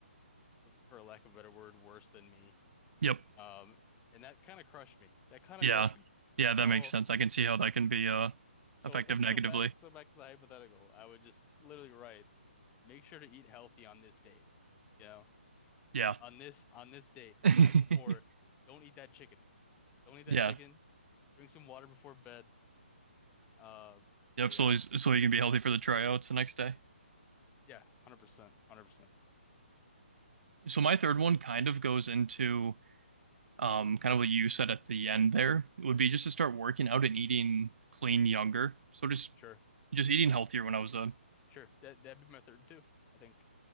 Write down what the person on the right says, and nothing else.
Yep.
Yeah.
Yeah,
that makes sense. I can see how that can be uh
effective
negatively.
Yeah.
<laughs>
Yeah.
Yep.
So he's- so you can be healthy for the tryouts the next day.
So my third one kind of goes into um kind of what you said at the end there. It would be just to start working out and eating clean younger. So just
just eating healthier when I was a